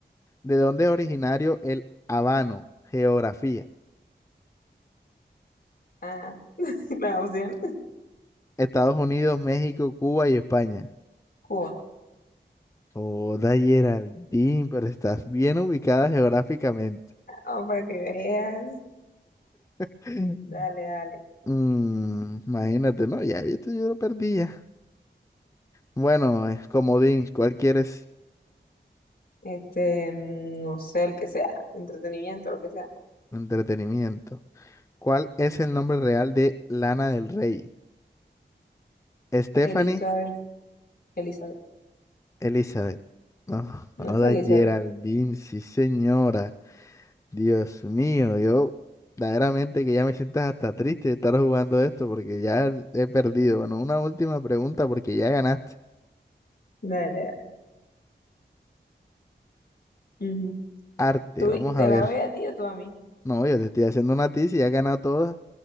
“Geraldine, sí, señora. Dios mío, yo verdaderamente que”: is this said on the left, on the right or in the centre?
Left